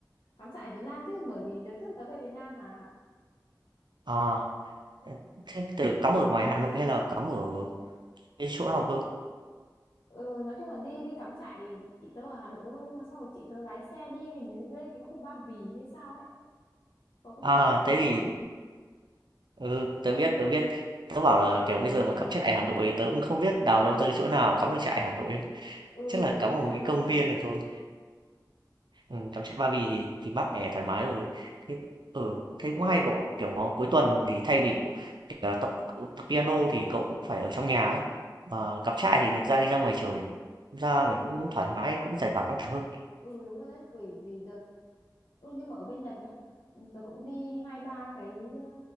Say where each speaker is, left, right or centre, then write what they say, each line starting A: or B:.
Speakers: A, on the left; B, on the right.
A: cắm trại ở Việt Nam chứ bởi vì đợt trước tớ về Việt Nam mà
B: À, thế từ cắm ở ngoài Hà Nội hay là cắm ở cái chỗ nào cơ?
A: ừ, nói chung là đi đi cắm trại chị tớ ở Hà Nội đúng không nhưng mà sau rồi chị tớ lái xe đi hình như lên cái khu Ba Vì hay sao ấy cậu có
B: À,
A: biết cái khu
B: thế
A: đấy
B: thì
A: không
B: ừ, tớ biết, tớ biết. Tớ bảo là kiểu bây giờ mà cắm trại Hà Nội tớ cũng không biết đào đâu tới cái chỗ nào cắm được trại Hà Nội.
A: ừ
B: Chắc là
A: cắm
B: cắm ở
A: trại
B: một cái
A: Ba
B: công
A: Vì
B: viên được thôi. Ừm, cắm trại Ba Vì thì thì mát mẻ, thoải mái rồi. Thế ừ, thế cũng hay cậu ạ. Kiểu, ờ, cuối tuần thì thay vì, cậu, kiểu là, tập cậu tập piano thì cậu cũng phải ở trong nhà ấy, mà cắm trại thì được ra đi ra ngoài trời, ra
A: ừ
B: mình cũng thoải mái, cũng giải tỏa căng thẳng hơn.
A: ừ đúng rồi đấy vì vì đợt Ừ, nhưng mà ở bên Nhật nhá ừ, tớ cũng đi hai ba cái ờ,